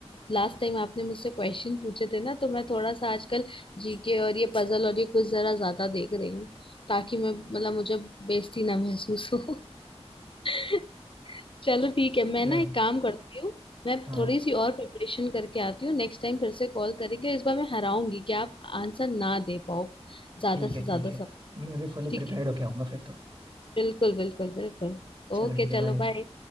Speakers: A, on the left; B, on the right.
A: लास्ट टाइम आपने मुझसे क्वेश्चन पूछे थे ना तो मैं थोड़ा सा आजकल जीके और ये पजल और ये कुछ जरा ज्यादा देख रही हूँ ताकि मैं मतलब मुझे बेइज्जती ना महसूस हो <laughs> चलो ठीक है मैं
B: चलो
A: ना एक काम करती हूँ मैं
B: हाँ
A: थोड़ी सी और प्रिपरेशन करके आती हूँ नेक्स्ट टाइम फिर से कॉल करेंगे इस बार मैं हराऊंगी कि आप आंसर ना दे पाओ ज्यादा
B: ठीक
A: से
B: है
A: ज्यादा
B: ठीक है
A: सब
B: मैं भी फुली
A: ठीक
B: प्रिपेयर्ड
A: है
B: होके आऊंगा फिर तो
A: बिल्कुल बिल्कुल बिल्कुल
B: चलो
A: ओके
B: ठीक है
A: चलो
B: बाय
A: बाय